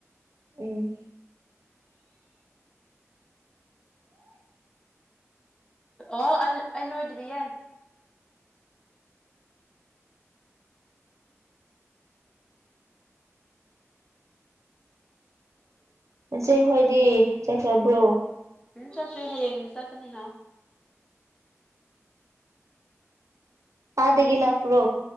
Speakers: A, on the right; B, on the left.
A: ꯎꯝ
B: ꯑꯣ ꯑꯩ ꯑꯩ ꯂꯣꯏꯗ꯭ꯔꯤꯌꯦ <inaudible>
A: ꯆꯦ ꯍꯣꯏꯗꯤ ꯆꯠꯈ꯭ꯔꯕ꯭ꯔꯣ
B: ꯎꯝ ꯆꯠꯇ꯭ꯔꯤ ꯍꯌꯦꯡ ꯆꯠꯀꯅꯤ ꯍꯥꯏ
A: ꯑꯥꯗꯒꯤ ꯂꯥꯛꯄ꯭ꯔꯣ